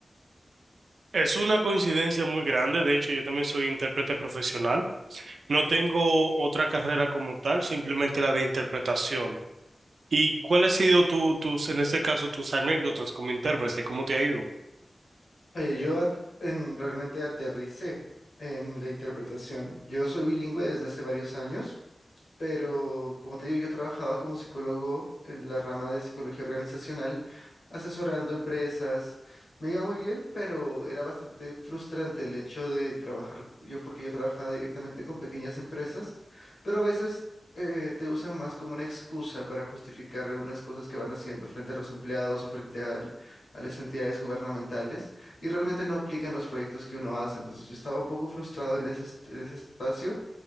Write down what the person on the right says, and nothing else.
Es una coincidencia muy grande. De hecho, yo también soy intérprete profesional. No tengo otra carrera como tal, simplemente la de interpretación. ¿Y cuál ha sido tu, tus, en este caso, tus anécdotas como intérprete? ¿Cómo te ha ido?